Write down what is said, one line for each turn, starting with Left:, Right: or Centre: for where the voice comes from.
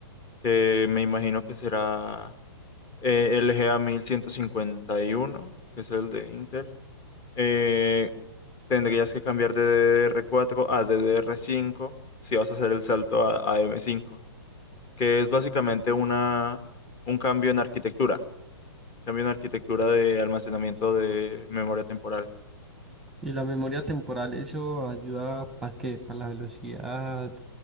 Left: que me imagino que será eh, L G A 1151, que es el de Intel. eh, tendrías que cambiar de ddr cuatro a ddr cinco si vas a hacer el salto a, a m cinco que es básicamente una, un cambio en arquitectura, cambio en arquitectura de almacenamiento de memoria temporal.
Centre: Y la memoria temporal, eso ayuda para que para la velocidad